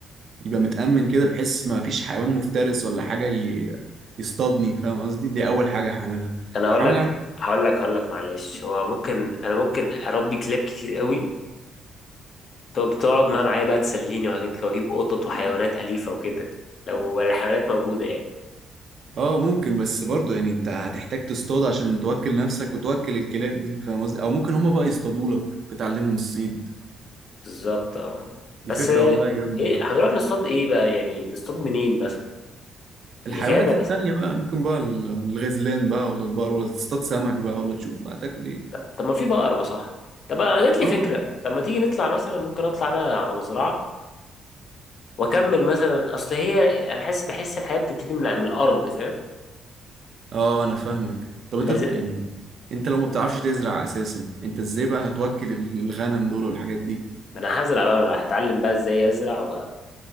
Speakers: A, on the right; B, on the left.
A: يبقى متأمن كده بحيث ما فيش حيوان مفترس ولا حاجة ي- يصطادني فاهم قصدي دي اول حاجة هعملها
B: انا اقول
A: هعمل
B: لك
A: اعمل
B: هقول لك هقول لك معلش هو ممكن انا ممكن اربي كلاب كتير قوي طب تقعد معاه معايا بقى تسليني وحاجات كده واجيب قطط وحيوانات أليفة وكده لو الحيوانات موجودة يعني
A: اه ممكن بس برضه يعني انت هتحتاج تصطاد عشان توكل نفسك وتوكل الكلاب دي فاهم قصدي او ممكن هما بقى يصطادوا لك بتعلمهم الصيد
B: بالظبط اه بس
A: دي فكرة
B: آه،
A: والله جامدة
B: ايه هنروح نصطاد ايه بقى يعني نصطاد منين مثلا في
A: الحيوانات
B: الغابة
A: التانية
B: مثلا
A: بقى ممكن بقى ال- الغزلان بقى ولا البقر ولا تصطاد سمك بقى ولا تشوف بقى هتاكل ايه
B: طب, طب ما في بقر ما صح طب انا جات لي
A: اه
B: فكرة طب ما تيجي نطلع مثلا ممكن اطلع انا على مزرعة واكمل مثلا اصل هي انا حاسس بحس الحياة بتبتدي من, من الارض فاهم
A: اه انا فاهمك طب
B: لازم
A: انت ب- يعني انت لو ما بتعرفش تزرع اساسا انت ازاي بقى هتوكل الغنم دول والحاجات دي
B: ما انا هزرع بقى أنا هتعلم بقى ازاي ازرع و...